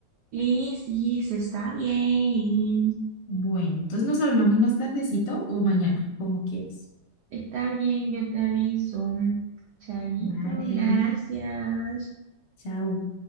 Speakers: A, on the right; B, on the left.
A: Y sí, se está bien.
B: Bueno, entonces nos hablamos más tardecito o mañana, como quieras.
A: Está bien, yo te aviso. Chaito,
B: Vale,
A: gracias.
B: chao.